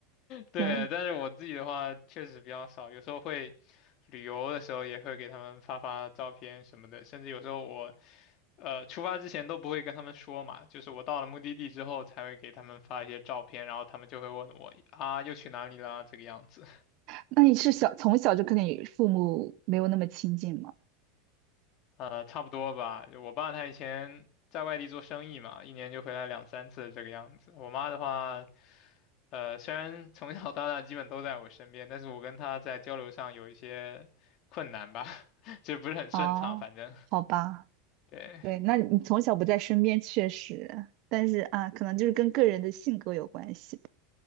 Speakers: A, on the left; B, on the right.
A: 对，
B: 对，
A: 但是我自己的话确实比较少，有时候会旅游的时候也会给他们发发照片什么的，甚至有时候我呃出发之前都不会跟他们说嘛，就是我到了目的地之后才会给他们发一些照片，然后他们就会问我啊又去哪里啦这个样子。
B: 那你是小从小就跟你父母没有那么亲近吗？
A: 呃，差不多吧。我爸他以前在外地做生意嘛，一年就回来两三次这个样子。我妈的话，呃，虽然从小到大基本都在我身边，但是我跟她在交流上有一些困难吧，<laughs> 就不是很顺畅，
B: 哦，
A: 反正
B: 好吧，
A: 对。
B: 对，那你从小不在身边确实，但是啊，可能就是跟个人的性格有关系。